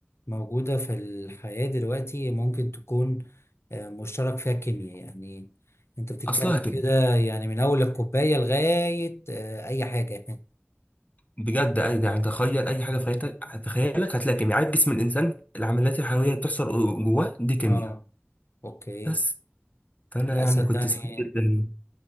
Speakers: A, on the left (about 85°); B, on the left (about 35°).
A: موجودة في الحياة دلوقتي ممكن تكون آه، مشترك فيها الكيمياء يعني انت بتتكلم
B: اصلها كده
A: كده يعني من اول الكوباية لغاية آه، اي حاجة
B: بجد اي يعني تخيل اي حاجه في حياتك هتخيلك هتلاقي كيمياء عارف جسم الانسان العمليات الحيويه اللي بتحصل جواه دي كيمياء
A: اه اوكي
B: بس فانا
A: لا
B: يعني
A: صدقني
B: كنت سعيد جدا